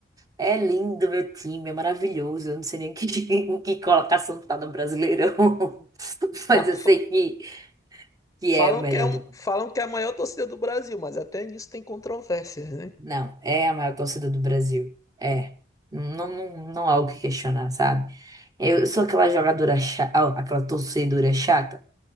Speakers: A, on the right; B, on the left.
A: É lindo meu time, é maravilhoso. Eu não sei nem que, <laughs> em que colocação tá no Brasileirão, <laughs> mas
B: Fa-
A: eu
B: fa-
A: sei que, que
B: Falam
A: é o melhor
B: que é um,
A: do mundo.
B: falam que é a maior torcida do Brasil, mas até nisso tem controvérsias, né?
A: Não, é a maior torcida do Brasil. É. Não, não, não há o que questionar, sabe? Eu sou aquela jogadora chata, aquela torcedora chata.